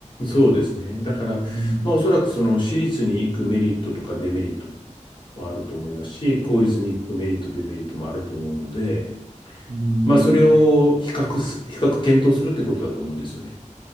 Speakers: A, on the left (about 40°); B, on the right (about 75°).
A: そうですね。だから、
B: うん、
A: まあ、おそらくその私立に行くメリットとかデメリットもあると思いますし、公立に行くメリット、デメリットもあると思うので、
B: うん、
A: まあ、それを比較す、比較検討するってことだと思うんですよね。